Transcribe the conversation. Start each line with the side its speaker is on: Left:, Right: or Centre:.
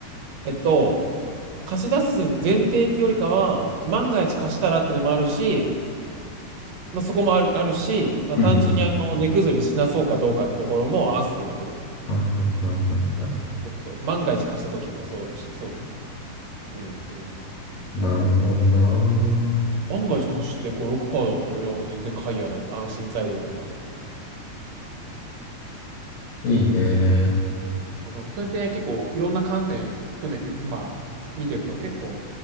Right: えっと、貸し出す前提っていうよりかは、万が一貸したらってのもあるし、まあ、そこもある、あるし、まあ、
Left: うん、
Right: 単純にあの、
Left: うん。
Right: 値崩れしなそうかどうかってところも合わせて見てるかな。
Left: はいはいはいはい
Right: そうそう万が一貸した時もそうだし、そうね。うん、うん。
Left: なるほどな。
Right: 万が一貸して5、6%だったら、いや、もう全然買いやなって安心材料でもある。
Left: いいね。
Right: そうなんかそれって結構いろんな観点含めて、まあ、見てると結構、